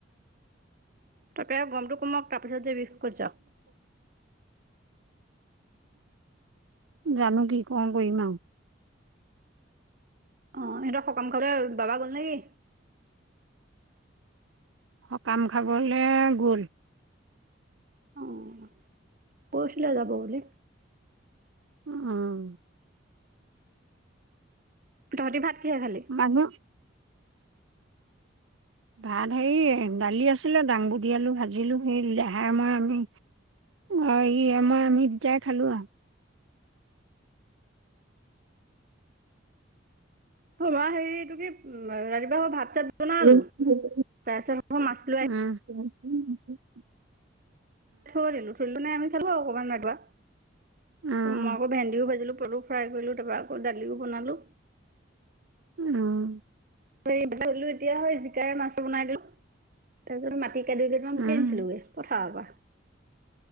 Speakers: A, on the right (about 45°); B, on the right (about 85°).
A: তাকে গমটো কমক তাৰপিছত যে ৰিক যাম।
B: জানো কি কও কৰিম আৰু।
A: অ' ইহতৰ সকাম খাবলে বাবা গল নেকি?
B: সকাম খাবলে গল।
A: অ' পৰহিলে যাব বুলি।
B: অ'।
A: তহতি ভাত কিহে খালি।
B: মানুহ ভাত হেৰি দালি আছিলে দাংবুধি আলু ভাজিলো সেই দেহাই মই আমি অ' ই আমাৰ আমি দুটাই খালো আও।
A: আমাৰ হেৰি টো কি ৰাতিপুৱা ভাত চাত।
B: <unintelligible>
A: বনালোঁ তাৰপিছত আকৌ মাছ লৈ থৈ দিলো- থৈ দিলো মানে আমি খালো আও অকমান ৰাতিপুৱা,
B: উম উম
A: মই আকৌ ভেন্দিও ভাজিলো। পটলো ফ্ৰাই কৰিলো তাৰপৰা আকৌ দালিও বনালো।
B: উম।
A: বনাই থৈ দিলো এতিয়া হয় জিকাই মাছতো বনাই দিলো তাৰপিছত মা ঢেঁকীয়া দুদিল মান
B: উম
A: বিচাৰি আনিলো পথাৰৰপা